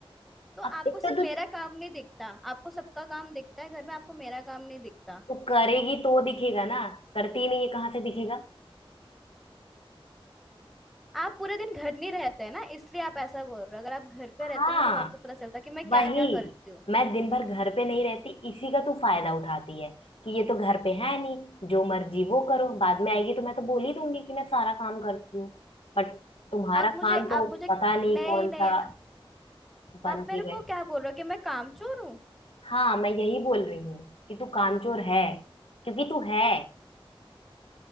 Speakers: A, in the centre; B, on the left.
A: तो
B: अब
A: आपको
B: एक
A: सिर्फ
B: तो
A: मेरा
B: तू
A: काम नहीं दिखता आपको सबका काम दिखता है घर में आपको मेरा काम नहीं दिखता
B: तू करेगी तो दिखेगा ना करती ही नहीं है कहाँ से दिखेगा
A: आप पूरे दिन घर नहीं रहते हैं ना इसलिए आप ऐसा बोल रहे हो अगर आप घर पे
B: हाँ
A: रहते ना तब आपको पता चलता कि मैं क्या
B: वही
A: क्या करती हूँ
B: मैं दिन भर घर पे नहीं रहती इसी का तू फायदा उठाती है कि ये तो घर पे है नहीं जो मर्जी वो करो बाद में आएगी तो मैं तो बोल ही दूंगी कि मैं सारा काम करती हूँ बट तुम्हारा
A: आप
B: काम
A: मुझे
B: तो
A: आप मुझे
B: पता नहीं
A: नहीं
B: कौन
A: नहीं
B: सा बन
A: आप मेरे
B: के
A: को
B: बैठ
A: क्या बोल रहे हो कि मैं कामचोर हूँ
B: हाँ मैं यही बोल रही हूँ कि तू कामचोर है क्योंकि तू है